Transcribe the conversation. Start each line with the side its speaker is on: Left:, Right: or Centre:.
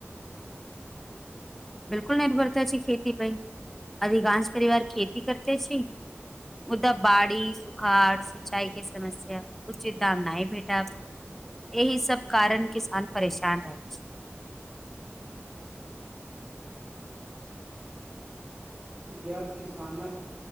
Centre: बिलकुल निर्भरता छै खेती पर, अधिकांश परिवार खेती करते छै। मुदा बाढि, सुखाड़, सिंचाई के समस्या, उचित दाम नहि भेटब एहि सभ कारण किसान परेशान रहै छै।
Right: <unintelligible> जब किसानक